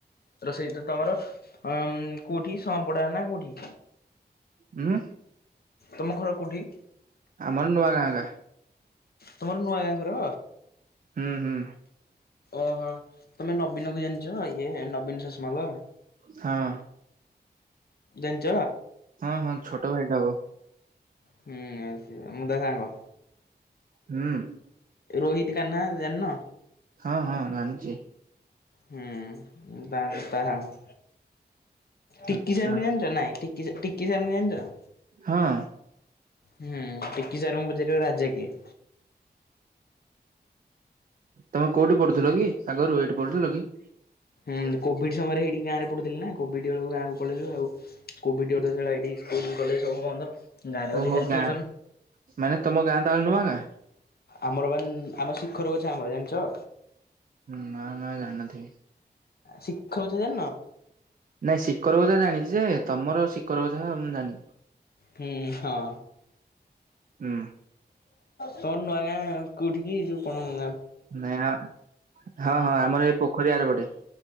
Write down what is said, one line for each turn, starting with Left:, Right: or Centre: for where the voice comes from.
Left: ରୋଷେଇ ତ ତମର ଅଁ, କୋଉଠି ସମ୍ପଡା ନା କୋଉଠି?
Right: ଉଁ।
Left: ତମ ଘର କେଉଠି?
Right: ଆମର ନୂଆଁ ଗାଁ ଏଟା।
Left: ତମର ନୂଆ ଗାଁ ଘର?
Right: ହୁଁ ହୁଁ।
Left: ଓହୋ। ତମେ ନବୀନ ଙ୍କୁ ଜାଣିଛ, ଇଏ ନବୀନ ସଷମାଲ?
Right: ହଁ।
Left: ଜାଣିଛ
Right: ହଁ ହଁ, ଛୋଟ ଭାଇଟେ ହବ।
Left: ହୁଁ ମୁଁ ତା ସାଙ୍ଗ।
Right: ହୁଁ।
Left: ରୋହିତ କାହ୍ନା ଜାଣିନ?
Right: ହଁ ହଁ ଜାଣିଛି।
Left: ହୁଁ ବା ତା ସାଙ୍ଗ। ଟିକି
Right: ଆଚ୍ଛା
Left: ସାର୍ ଙ୍କୁ ଜାଣିଛ? ନାଇଁ ଟି ଟିକି ସାର୍ ଙ୍କୁ ଜାଣିଛ?
Right: ହଁ।
Left: ହୁଁ ଟିକି ସାର୍ ଙ୍କୁ ପଚାରିବ ରାଜା କିଏ?
Right: ତମେ କୋଉଠି ପଢୁଥିଲ କି? ଆଗରୁ ଏଇଠି ପଢୁଥିଲ କି?
Left: ହୁଁ କୋଭିଡ ସମୟରେ ଏଇଠି ଗାଁରେ ପଡୁଥିଲେ ନା କୋଭିଡ ବେଳକୁ ଗାଁକୁ ପଳେଇଲୁ ଆଉ କୋଭିଡି <unintelligible> ସଳା ଏଇଠି ସ୍କୁଲ କଲେଜ ସବୁ ବନ୍ଦ। ଗାଁରେ ଗଲି
Right: ଓହୋ
Left: ଖାଲି
Right: ଗାଁ
Left: ଟିଉସନ।
Right: ମାନେ ତମ ଗାଁ ତାହେଲେ ନୂଆ ଗାଁ?
Left: ଆମର ବାନ୍ ଆମର ଶିଖରଗୁଚ୍ଛା ଆମର ଜାଣିଛ?
Right: ନା ନା ଜାଣିନଥିବେ।
Left: ଶିଖର ଗଛ ଜାଣିନ?
Right: ନାଇଁ ଶିକରକୁ ଜାଣିଛି ଯେ ତମର ଶିକର କଥା ମୁଁ ଜାଣିନି।
Left: ହୁଁ ହଁ।
Right: ହୁଁ।
Left: ତମ ନୂଆ ଗାଁ କୋଉଠିକି ଯଉ କଣ ନା
Right: ନାଇଁ ହଁ ହଁ ଆମର ଏଇ ପୋଖରୀ ଆରପଟେ